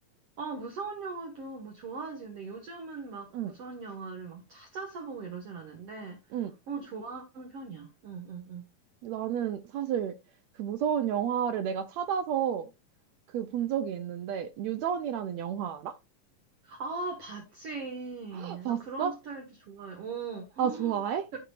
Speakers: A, on the right; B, on the right.
A: 어, 무서운 영화도 뭐 좋아하지. 근데 요즘은 막
B: 응,
A: 무서운 영화를 막 찾아서 보고 이러진 않는데,
B: 응.
A: 어, 좋아하는 편이야. 응, 응, 응.
B: 나는 사실 그 무서운 영화를 내가 찾아서 그 본 적이 있는데, 유전이라는 영화 알아?
A: 아, 봤지.
B: <gasps> <laughs>
A: 난 그런
B: 봤어?
A: 스타일도 좋아해. 어. <gasps>
B: 아, 좋아해?